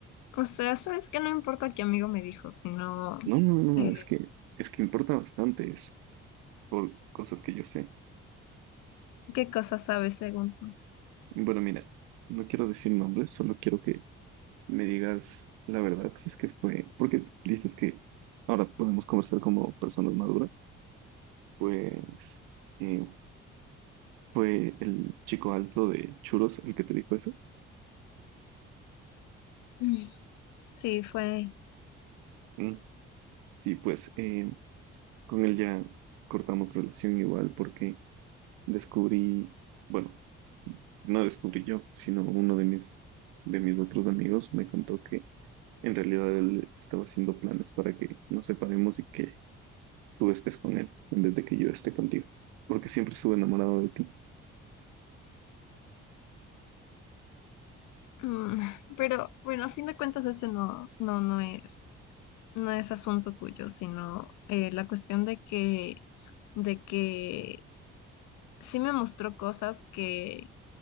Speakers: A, on the left; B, on the right.
A: O sea, sabes que no importa qué amigo me dijo, sino
B: No, no, no, no,
A: eh,
B: es que, es que importa bastante eso por cosas que yo sé.
A: qué cosas sabes según tú.
B: Bueno, mira, no quiero decir nombres, solo quiero que me digas la verdad, si es que fue, porque dices que ahora podemos conversar como personas maduras, pues eh, fue el chico alto de Churos el que te dijo eso.
A: Mm. Sí, fue.
B: Mm. Sí, pues eh, con él ya cortamos relación igual porque descubrí, bueno, no descubrí yo, sino uno de mis, de mis otros amigos me contó que en realidad él estaba haciendo planes para que nos separemos y que tú estés con él en vez de que yo esté contigo, porque siempre estuve enamorado de ti.
A: mm, <laughs> pero bueno, a fin de cuentas ese no, no, no es, no es asunto tuyo, sino eh, la cuestión de que, de que sí me mostró cosas que,